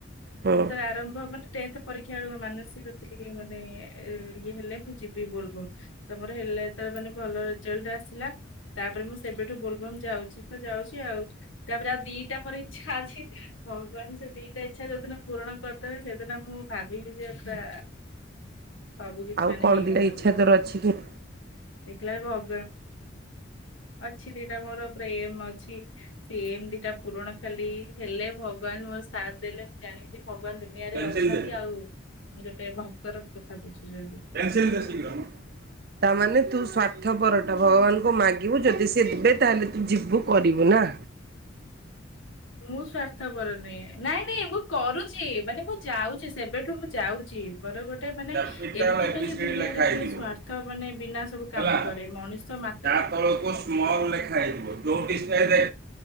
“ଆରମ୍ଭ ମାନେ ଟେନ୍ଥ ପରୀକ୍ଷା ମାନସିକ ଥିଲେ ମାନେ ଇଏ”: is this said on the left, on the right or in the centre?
Left